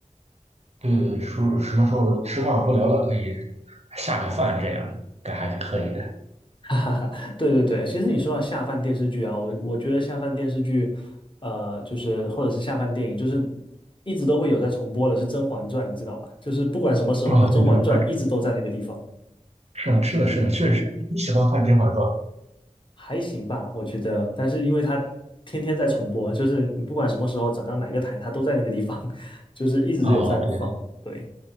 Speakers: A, on the right; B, on the left.
A: 对对对说什么时候吃饭无聊了可以下个饭这样，该还是可以的。
B: <laughs> 对对对，其实你说到下饭电视剧啊，我我觉得下饭电视剧，呃，就是或者是下饭电影，就是一直都会有在重播的是《甄嬛传》，你知道吗？就是不管什么时候呢，
A: 哦，
B: 《甄嬛传》一直都在那个地方，
A: 对对，我是的，是的，是的，确实是。你喜欢看《天外传》？
B: 还行吧，我觉得。但是因为它天天在重播，就是你不管什么时候转到哪个台，它都在那个地方，<laughs> 就是一直有在放。
A: 哦，对
B: 对，